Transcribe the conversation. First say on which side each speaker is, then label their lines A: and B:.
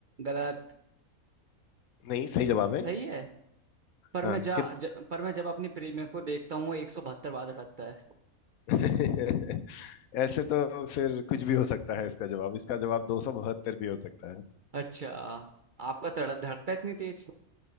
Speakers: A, on the right; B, on the left.
A: गलत
B: नहीं सही जवाब
A: सही
B: है
A: है पर
B: हाँ
A: मैं जा,
B: कित
A: ज, पर मैं जब अपनी प्रेमिका को देखता हूँ वो एक सौ बहत्तर बार धड़कता है
B: <laughs> ऐसे तो फिर कुछ भी हो सकता है इसका जवाब इसका जवाब दो सौ बहत्तर भी हो सकता है हम्म,
A: अच्छा आपका धड़- धड़कता है इतनी तेज